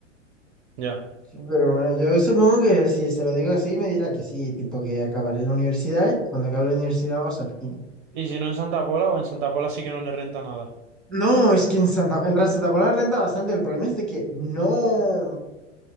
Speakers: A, on the right (about 45°); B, in the centre.
A: Ya.
B: Sí, Pero bueno, yo supongo que si se lo digo así, me dirá que sí, tipo que acabaré la universidad y cuando acabe la universidad vamos al cine.
A: Y si no en Santa Pola o en Santa Pola sí que no le renta nada.
B: No, es que en Santa, en Ra- Santa Pola renta bastante. El problema es de que no.